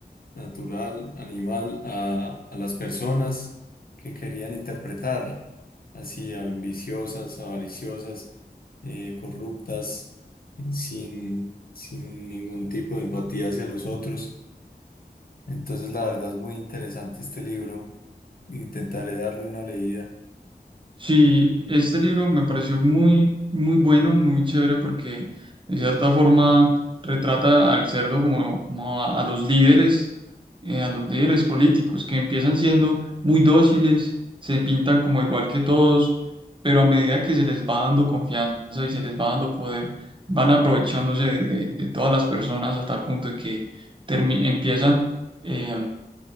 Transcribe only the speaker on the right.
Sí, este libro me pareció muy, muy bueno, muy chévere porque de cierta forma retrata al cerdo como, como a, a los líderes, eh, a los líderes políticos que empiezan siendo muy dóciles, se pintan como igual que todos, pero a medida que se les va dando confianza y se les va dando poder, van aprovechándose de, de- de todas las personas hasta el punto de que termi- empiezan eh,